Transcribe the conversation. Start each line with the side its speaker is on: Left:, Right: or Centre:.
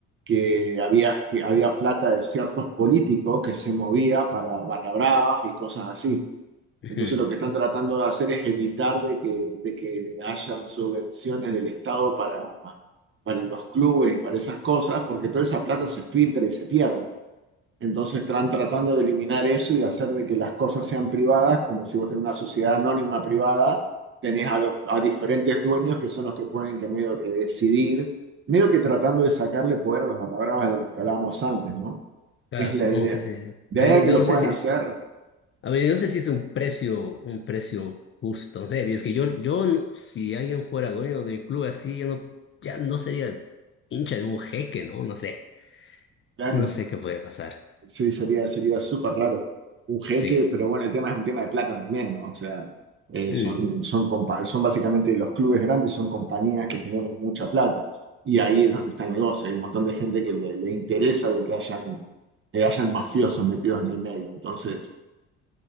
Right: que había, que había plata de ciertos políticos que se movía para barra bravas y cosas así.
Left: Ujú.
Right: Entonces lo que están tratando de hacer es evitar de que, de que hayan subvenciones del Estado para, para los clubes y para esas cosas, porque toda esa plata se filtra y se pierde. Entonces están tratando de eliminar eso y de hacer de que las cosas sean privadas, como si vos tenés una sociedad anónima privada, tenés a, los- a diferentes dueños que son los que pueden que medio que decidir, medio que tratando de sacarle poder a los barra bravas de los que hablábamos antes, ¿no?
Left: Claro,
Right: Es la
Left: supongo
Right: idea.
Left: que sí.
Right: De
Left: Pero
Right: ahí a
Left: yo
Right: que
Left: no, yo
Right: lo
Left: no
Right: puedan
Left: sé si
Right: hacer,
Left: es, a ver, yo no sé si es un precio, un precio justo. No sé, es que yo, yo no- si alguien fuera dueño de mi club así, yo no, ya no sería hincha de un jeque, ¿no? No sé.
Right: claro,
Left: No sé qué puede pasar.
Right: Sí, sería, sería súper raro. Un jeque,
Left: Sí.
Right: pero bueno, el tema es un tema de plata también, ¿no? O sea, eh,
Left: Mm,
Right: son, son, compa- son básicamente los clubes grandes, son compañías que generan mucha plata. Y ahí es donde está el negocio. Hay un montón de gente que le, le interesa de que hayan, que hayan mafiosos metidos en el medio. Entonces,